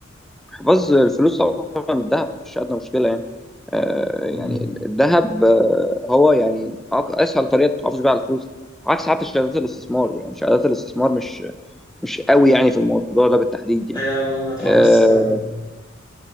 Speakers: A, in the centre; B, on the left.
A: حفظ الفلوس طبعا الذهب مفيش ادنى مشكله يعني آه يعني
B: امم
A: الذهب آه هو يعني أق- اسهل طريقه تحافظ بيها على الفلوس عكس حتى شهادات الاستثمار يعني شهادات الاستثمار مش مش قوي يعني في الموضوع ده بالتحديد يعني
B: هي ما تحافظش
A: آه
B: فعلا أه.